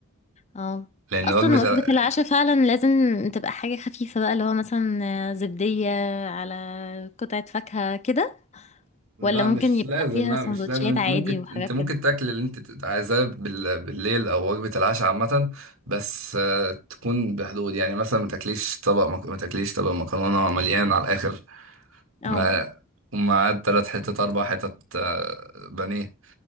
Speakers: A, on the left; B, on the right.
A: اه
B: لأن
A: اصلا
B: وجبة
A: وجبة
B: ال...
A: العشاء فعلا لازم تبقى حاجة خفيفة بقى اللي هو مثلا زبدية على قطعة فاكهة كده
B: لا
A: ولا ممكن
B: مش
A: يبقى
B: لازم
A: فيها
B: لا
A: سندوتشات
B: مش لازم انت
A: عادي
B: ممكن
A: وحاجات
B: انت ممكن
A: كده
B: تاكل اللي انت تت- عايزاه بال... بالليل او وجبة العشاء عامة بس آه، تكون بحدود يعني مثلا ما تاكليش طبق مك... ما تاكليش طبق مكرونة مليان على الآخر
A: اه
B: ما ومعاه تلات حتت أربع حتت آه، بانيه